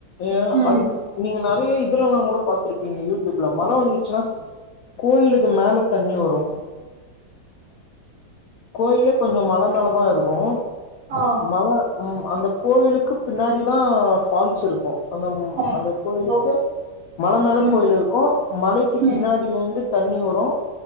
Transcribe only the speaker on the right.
ம்
ஆ
ஆமா
ஹலோ
ம்
ம்